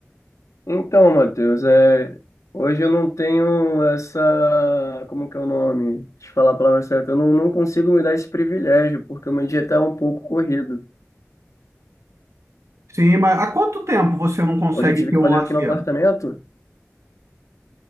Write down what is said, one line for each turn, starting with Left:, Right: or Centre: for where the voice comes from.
Left: Então, Matheus, é... hoje eu não tenho essa. Como que é o nome? Deixa eu falar a palavra certa. Eu não, não consigo me dar esse privilégio, porque o meu dia está um pouco corrido.
Right: Sim, mas há quanto tempo você não consegue
Left: Hoje eu tive
Right: ter
Left: que
Right: um
Left: fazer
Right: lazer?
Left: aqui no apartamento.